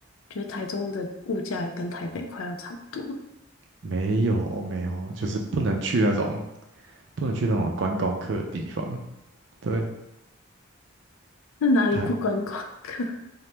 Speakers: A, on the left; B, on the right.
A: 觉得台中的物价也跟台北快要差不多了。
B: 没有没有，就是不能去那种不能去那种观光客的地方。对，
A: 那哪里不观光客？
B: 台